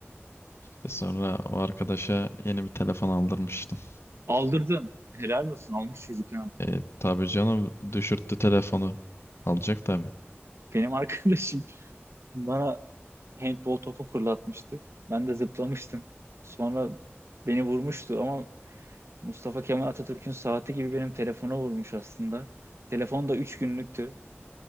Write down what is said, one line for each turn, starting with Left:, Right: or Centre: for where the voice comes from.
Left: İşte sonra o arkadaşa yeni bir telefon aldırmıştım.
Right: Aldırdın. Helal olsun. Almış çocuk ha.
Left: E, tabii canım düşürttü telefonu. Alacak tabii.
Right: Benim arkadaşım <laughs> bana handball topu fırlatmıştı. Ben de zıplamıştım. Sonra beni vurmuştu ama Mustafa Kemal Atatürk'ün saati gibi benim telefona vurmuş aslında. Telefon da 3 günlüktü.